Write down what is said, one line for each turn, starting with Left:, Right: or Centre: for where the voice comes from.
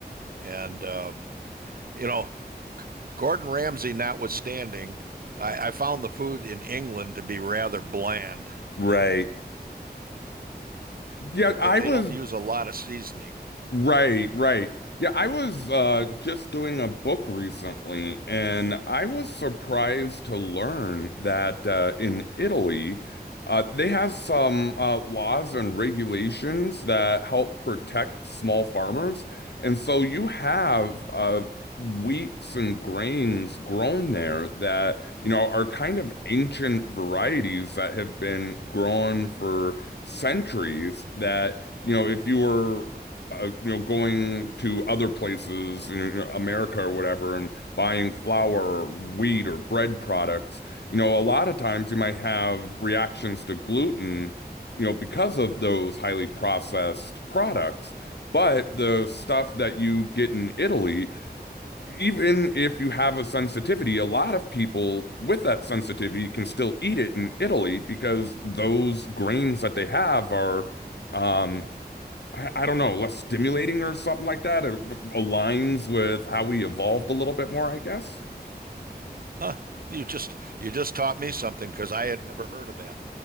Right: And uh, you know, Gordon Ramsay notwithstanding, I, I found the food in England to be rather bland.
Left: Right. Yeah,
Right: Uh, They,
Left: I
Right: they
Left: was
Right: don't use a lot of seasoning.
Left: Right, right. Yeah, I was uh just doing a book recently and I was surprised to learn that uh in Italy uh they have some uh laws and regulations that help protect small farmers. And so you have uh wheats and grains grown there that, you know, are kind of ancient varieties that have been grown for centuries that you know, if you were uh, you know, going to other places, you know, America or whatever, and buying flour or wheat or bread products, you know, a lot of times you might have reactions to gluten, you know, because of those highly processed products. But the stuff that you get in Italy, even if you have a sensitivity, a lot of people with that sensitivity can still eat it in Italy because those grains that they have are, um, I, I don't know, less stimulating or something like that. It aligns with how we evolved a little bit more, I guess.
Right: Huh? You just you just taught me something because I had never heard of that.